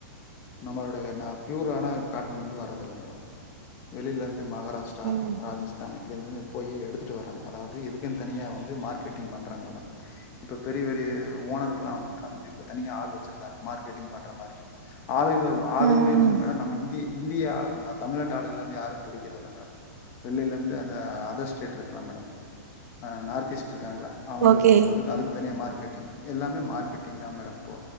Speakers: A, on the left; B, on the right.
A: நம்மளுடைய நாப் பியூர் ஆனர் கார்டன் வந்து வரதில்ல மேடம் வெளியில இருந்து மகாராஷ்டிரா
B: ம்
A: ராஜஸ்தான் இப்டி இருந்தது போயி எடுத்துட்டுவராங்க அதாவது இதுக்குன் தனியா வந்து மார்க்கெட்டிங் பண்றாங்க மேடம் இப்ப பெரிய பெரிய ஓனர்கலெல்லா வந்து மேடம் இதுக்கு தனியா ஆள் வச்சிருக்காங்க மார்க்கெட் டிங் பண்ற மாரி ஆளிளவ் ஆளுகளே
B: ம் ம்
A: வந்து மேடம் நம்ம இந்தி இந்தியா நா தமிழ்நாட் ல வந்து யாரும் புடிக்கறது இல்ல மேடம் வெள்ளிலந்து அந்த அதர்ஸ்டேட் இருக்குலா மேடம் நார்த்ஈஸ்ட் இருக்காங்கள அவுங்கள
B: ஓகே
A: கூட்டு வந்து அதுக்கு தனியா மார்கெட்டிங் எல்லாமே மார்கெட்டிங்தா மேடம் இப்போ